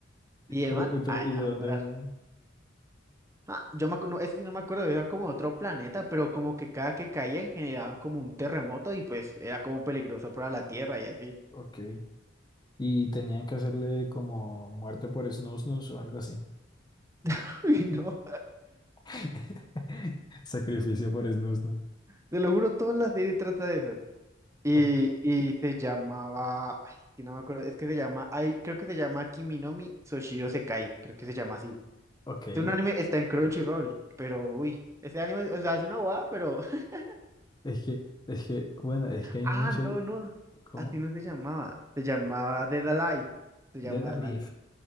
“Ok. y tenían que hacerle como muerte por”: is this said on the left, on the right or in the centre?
Left